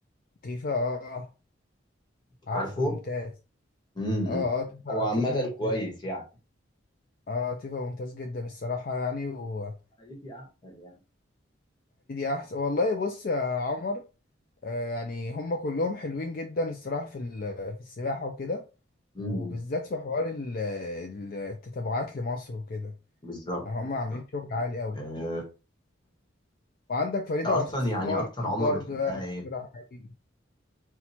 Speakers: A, on the left; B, on the left.
A: تيفا اه آه، عارفه
B: عارفه
A: ممتاز
B: امم
A: اه اه تيفا
B: هو عامة
A: تيفا ممتاز
B: كويس يعني
A: اه تيفا ممتاز جدا الصراحة يعني وهريدي
B: حالتي احسن يعني
A: احسن والله بص يا عمر آه يعني هم كلهم حلوين جدا الصراحة في ال- في السباحة وكده
B: امم
A: وبالذات في حوار ال- ال- التتابعات لمصر وكده
B: بالظبط
A: يعني
B: بالظبط
A: هم عاملين شغل عالي قوي
B: آه،
A: وعندك فريدة
B: انت اصلا
A: عثمان
B: يعني اكتر عمله
A: برضو
B: بتحبها
A: يعني
B: ايه؟ انت
A: اقتراح حقيقي